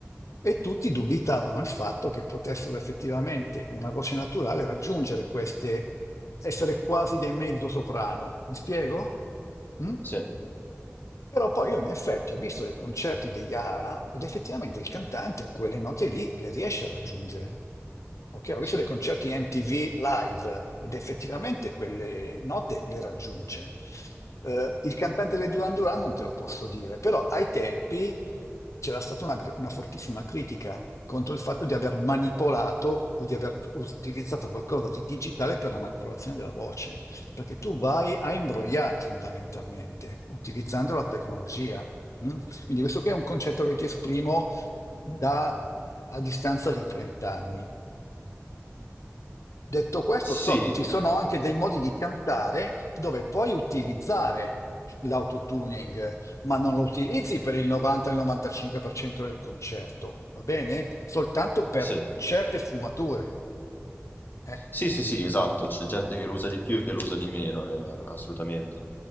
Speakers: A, on the left (about 75°); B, on the left (about 40°).
A: e tutti dubitavano il fatto che potessero effettivamente con una voce naturale raggiungere queste essere quasi dei mezzo soprano. Mi spiego? Mm?
B: sì,
A: Però poi io in effetti ho visto dei concerti degli AA ed effettivamente il cantante quelle note lì le riesce a raggiungere. Ok, ho visto
B: sì.
A: dei concerti MTV live ed effettivamente quelle note le raggiunge. Eh, il cantante dei Duran Duran non te lo posso dire, però ai tempi c'era stata una, gr- una fortissima critica contro il fatto di aver manipolato o di aver tu- utilizzato qualcosa di digitale per la manipolazione della voce, perché tu vai a imbrogliare fondamentalmente utilizzando la tecnologia. mm? Quindi questo qui è un concetto che ti esprimo da, a distanza di 30 anni. Detto questo,
B: Sì,
A: so che ci sono anche dei modi di cantare dove puoi utilizzare l'autotuning, ma non lo utilizzi
B: mhm,
A: per il 90-95% del concerto, va bene? Soltanto per
B: sì.
A: certe sfumature. eh.
B: Sì, sì, sì, esatto, c'è gente che lo usa di più e che lo usa di meno, eh, assolutamente.